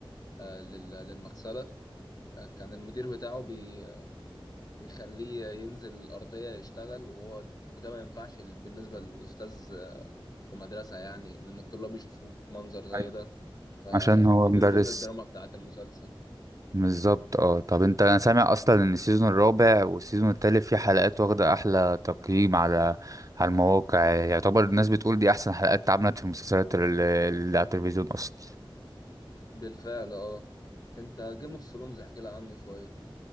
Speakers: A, on the left (about 45°); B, on the right (about 40°).
A: آه، لل- للمغسلة آه، كان المدير بتاعه بي- بيخليه ينزل الأرضية يشتغل وهو ده ما ينفعش بالنسبة للأستاذ في مدرسة يعني إن الطلاب يشوفوه في منظر زي
B: أيوة.
A: ده فدي
B: عشان هو مدرس
A: من ضمن الدراما بتاعت المسلسل
B: بالظبط اه طب انت انا سامع اصلا ان السيزون الرابع والسيزون التالت في حلقات واخدة احلى تقييم على على المواقع يعني يعتبر الناس بتقول دي احسن حلقات اتعملت في المسلسلات اللي اللي على التلفزيون اصلا
A: بالفعل اه انت جيم اوف ثرونز احكي لي عنه شوية